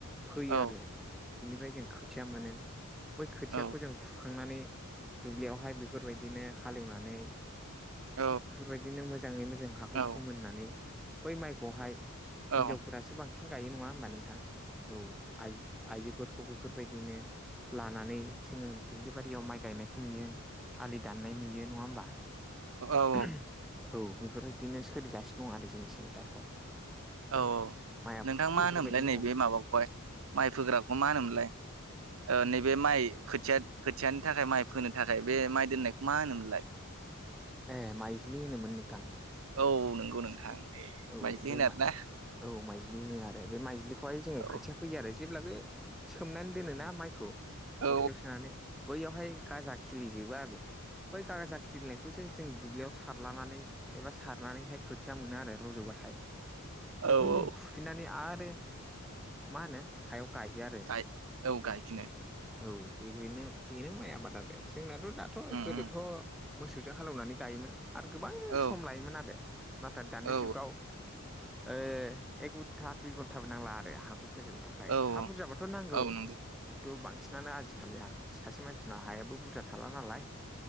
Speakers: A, in the centre; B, on the right.
A: फैयो
B: औ
A: आरो। बिनिफ्राय जों खोथिया मोनो बै खोथियावखौ
B: औ
A: जों फुखांनानै दुब्लियावहाय बे बेफोरबायदिनो हालेवनानै
B: औ
A: बेफोरबायदिनो मोजाङै मोजां हाखौ
B: उम
A: फोमोननानै बै माइखौहाय
B: औ
A: हिनजावफोरासो बांसिन गायो नङा होमबा नोंथां औ आय आइजोफोरखौ बेफोरबायदिनो लानानै जोङो दुब्लि बारियाव माइ गायनायखौ नुयो आलि दान्नाय नुयो नङा होमबा?
B: औ
A: <unintelligible> औ बेफोरबायदिनो सोलिगासिनो दं आरो जोंथिं दाथ'
B: औ औ
A: माइ आबादखौ
B: नोंथां मा
A: बेफोरबायदि
B: होनोमोनलाय नैबे
A: मावो
B: माबाखौहाय माइ फोग्राखौ मा होनोमोनलाय? ओ नैबे माइ खोथिया खोथियानि थाखाय माइ फोनो थाखाय बे माइ दोननायखौ मा होनोमोनलाय? <inaudible>
A: ए माइजलि होनोमोन नोंथां।
B: औ नंगौ नोंथां। नै
A: औ
B: माइज्लि
A: बै
B: होनो आरोना
A: औ माइज्लि होनो आरो बे माइज्लिखौहाय जो
B: औ
A: खोथि फैयो आरो जेब्लाबो सोमनानै दोनोना माइखौ
B: औ
A: बस्थायाव सोनानै बैयावहाय गाजा खिलिजोबो आरो बै गाजा खिलिनायखौसो जों दुब्लियाव सारलानानै एबा सारनानैहाय खोथिया मोनो आरो रज'बाथाय
B: औ
A: बेखौनो
B: औ
A: जों फुफिननानै आरो मा होनो हायाव गायो आरो
B: गाय औ गायफिनो
A: औ बेनो बेनो माइ आबाद आरो जोंनाथ' दाथ'
B: उम
A: गोदोथ'
B: उम
A: मोसौजों हालेवनानै गायोमोन आरो गोबां
B: औ
A: सम लायोमोन आरो नाथाय दानि
B: औ
A: जुग एक घन्टा दुइ घन्टाबो नांला आरो हाखौ फोजोबनो थाखाय थाखाय
B: औ
A: हा बुरजाबाथ' नांगौ।
B: औ नंगौ
A: थि' बांसिनानो आजिखालि सासे मानसिनाव हायाबो बुरजा थाला नालाय